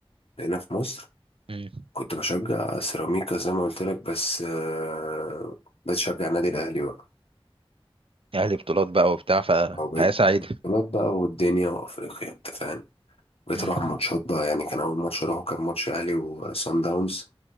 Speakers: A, on the left; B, on the right.
A: هنا في مصر
B: مم.
A: كنت بشجع سيراميكا زي ما قلت لك بس آه، بقيت اشجع النادي الاهلي بقى
B: أهلي بطولات بقى وبتاع فحياة
A: او بقيت
B: سعيدة
A: بطولات بقى والدنيا وافريقيا انت فاهم بقيت
B: مم.
A: اروح ماتشات بقى يعني كان اول ماتش اروحه كان ماتش اهلي وسان داونز